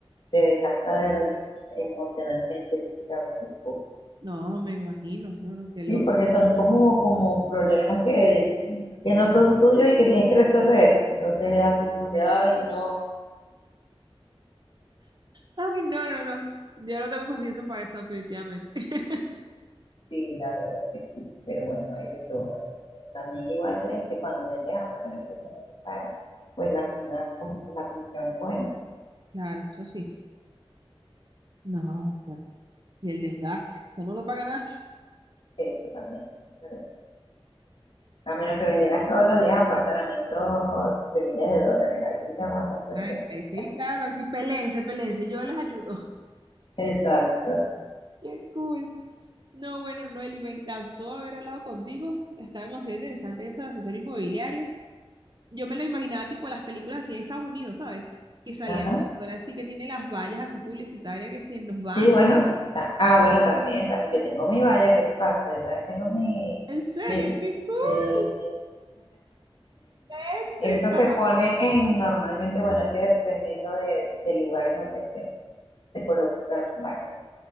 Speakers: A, on the left; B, on the right.
A: Te desgasta de- emocionalmente, físicamente un poco.
B: No, me imagino, no, no, qué loco.
A: Sí, porque son como, como problemas que, que no son tuyos y que tienes que resolver. Entonces es así como que, ay, no.
B: Ay, no, no, no, yo no tengo paciencia para eso, definitivamente. <laughs>
A: Sí, la verdad que sí, pero bueno, hay de todo. hay de todo. También igual este, cuando vendes apartamentos que son muy caros, pues la, una com- la comisión es buena.
B: Claro, eso sí. No, pero, y el desgaste, eso no lo paga nada.
A: Eso también. claro. A menos que vendieras todos los días apartamentos de miles de dólares, ahí sí te aguantas pues.
B: Ay,
A: <laughs>
B: ahí sí, claro, ahí sí, peleense, peleense, yo les ayudo.
A: Exacto.
B: Qué cool. No, bueno, Noeli, me encantó haber hablado contigo. Está demasiado interesante eso de asesor inmobiliario. Yo me lo imaginaba tipo las películas así en Estados Unidos, ¿sabes? Que salía
A: Ajá.
B: el sector así que tiene las vallas así publicitarias que si nos van.
A: Sí, bueno, ta- ah, bueno, también, también yo tengo mi valla, ¿qué te pasa? Yo también tengo mi,
B: ¿En serio?
A: mi,
B: ¡Qué cool!
A: sí,
B: ¡Qué éxito!
A: Eso se pone en, normalmente, bueno, es que dependiendo de, del lugar en donde se, se colocan vallas.